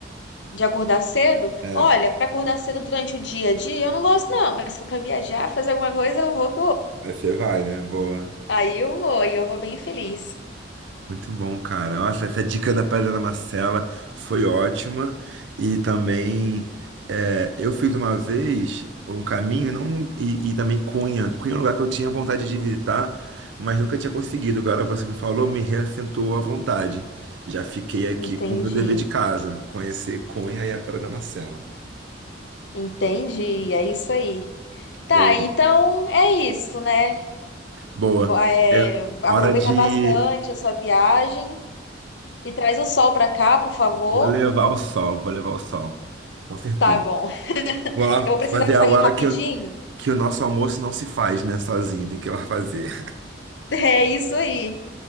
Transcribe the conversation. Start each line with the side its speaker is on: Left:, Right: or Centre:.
Left: de acordar cedo.
Right: É.
Left: Olha, pra acordar cedo durante o dia a dia, eu não gosto, não. Mas se for pra viajar, fazer alguma coisa, eu vou.
Right: Aí Você vai, né? Boa.
Left: Aí eu vou, e eu vou bem feliz.
Right: Muito bom, cara. Nossa, essa dica da Pedra da Marcela foi ótima. E também é, eu fiz uma vez um caminho não, e, e também Cunha. Cunha é um lugar que eu tinha vontade de visitar, mas nunca tinha conseguido. Agora você me falou, me reassentou a vontade. Já fiquei aqui
Left: Entendi,
Right: com o meu dever de casa, conhecer Cunha e a Pedra da Marcela.
Left: entendi, é isso aí. Tá,
Right: Boa.
Left: então é isso, né?
Right: Boa.
Left: Ba- é,
Right: É
Left: aproveita
Right: hora de.
Left: bastante a sua viagem e traz o sol pra cá, por favor.
Right: Vou levar o sol, vou levar o sol. Com certeza.
Left: Tá bom.
Right: Vou lá
Left: Eu vou precisar
Right: fazer
Left: sair
Right: agora
Left: rapidinho.
Right: que que o nosso almoço não se faz, né, sozinho, tem que ir lá fazer.
Left: <laughs> É isso aí.